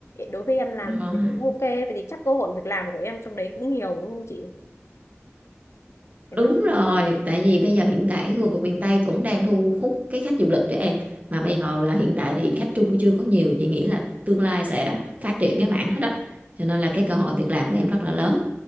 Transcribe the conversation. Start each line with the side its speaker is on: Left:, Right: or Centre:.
Left: đối với em làm
Right: rồi.
Left: thì cũng ok, vậy thì chắc cơ hội việc làm của em trong đấy cũng nhiều đúng không chị? Em
Right: Đúng
Left: lo
Right: rồi,
Left: lắm.
Right: tại vì bây giờ hiện tại khu vực miền Tây cũng đang thu hút cái khách du lịch đó em. Mà bây giờ là hiện tại thì khách Trung chưa có nhiều, chị nghĩ là tương lai sẽ phát triển cái mảng hết đó. Cho nên là cái cơ hội việc làm của em rất là lớn.